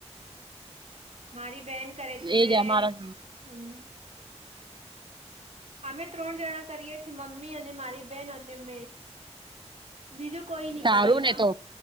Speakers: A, on the right; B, on the right.
A: મારી બેન કરે છે મેં
B: એજ અમારા
A: હમ અમે ત્રણ જણા કરીએ છીએ મમ્મી અને મારી બેન અને મેં, બીજું કોઈ નહી
B: સારું
A: કરે એમાં.
B: ને તો